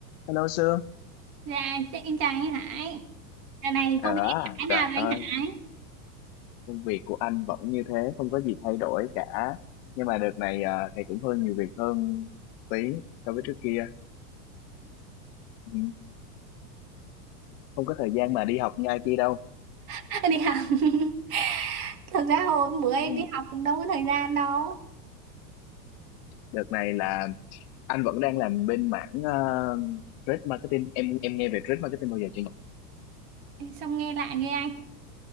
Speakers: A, on the left; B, on the right.
A: Hello Sương.
B: Dạ, chắc em chào anh Hải. Giờ này
A: À,
B: công việc anh Hải
A: trời
B: nào rồi
A: ơi,
B: anh Hải?
A: công việc của anh vẫn như thế, không có gì thay đổi cả. Nhưng mà đợt này à, thầy cũng hơi nhiều việc hơn tí so với trước kia. Ừ, Không có thời gian mà đi học ngay kia đâu.
B: <laughs> Đi học. <laughs> Thực ra hồi bữa em
A: Ừ,
B: đi học cũng đâu có thời gian đâu.
A: Đợt này là anh vẫn đang làm bên mảng à, trade marketing. Em em nghe về trade marketing bao giờ chưa?
B: Xong nghe lại ghê anh.